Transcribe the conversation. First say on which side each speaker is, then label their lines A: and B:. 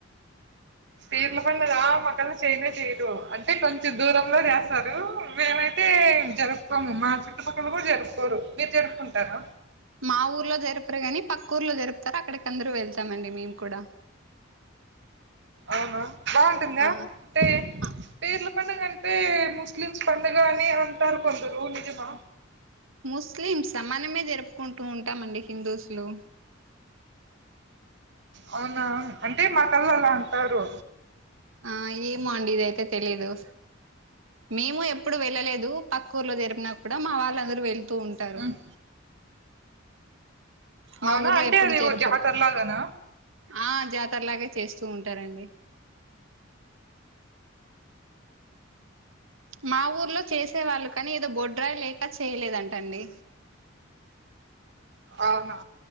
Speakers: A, on the right; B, on the right.
A: పీర్ల పండగా మాకల్ల చేయనే చేయరు అంటే కొంచెం దూరంలో చేస్తారు మేమైత్ తే జరుపుకోము మా చుట్టుపక్కల గూడ్ జరుపుకోరు మీర్ జరుపుకుంటారా
B: మా ఊర్లో జరుపరు గాని పక్కూర్లో జరుపుతారు అక్కడి కందరూ వెళ్తామండి మేము కూడా
A: అవునా బావుంటుందా
B: ఆ
A: టే
B: ఆ
A: పీర్ల పండగంటే ముస్లిమ్స్ పండుగ అని అంటారు కొందరు నిజమా
B: ముస్లిమ్స్ సమానమే జరుపుకుంటూ ఉంటామండి హిందూస్లు
A: అవునా అంటే మాకల్ల అంటారు
B: ఆ ఏమో అండి ఇది అయితే తెలీదు మేము ఎప్పుడు వెళ్ళలేదు పక్క్క ఊర్లో జరిపినా కూడా మా వాళ్ళు అందరూ వెళ్తూ ఉంటారు
A: ఉమ్.
B: మా
A: అవునా
B: ఊర్లో
A: అంటే
B: ఎప్పుడు
A: అది
B: జెరపరు
A: ఓ జాతరలాగానా
B: ఆ జాతరలాగే చేస్తూ ఉంటారండి మా ఊర్లో చేసే వాళ్ళు కానీ ఏదో బొడ్రాయి లేక చేయలేదంటండి
A: అవునా